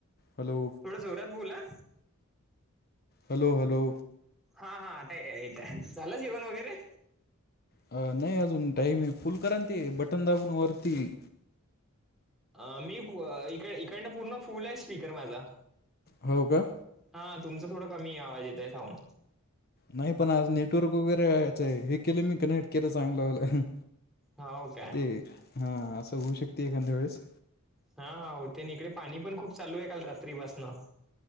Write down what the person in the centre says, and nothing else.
थोड जोरात बोला.
हा हा आता येतय झालं जेवन वगैरे?
अ मी इक इकडनं पूर्ण फुल आहे स्पीकर माझा.
हा तुमचा थोडं कमी आवाज येत आहे साऊंड
हो काय
हा हा होते ना इकडे पाणी पण खूप चालू आहे काल रात्रीपसन.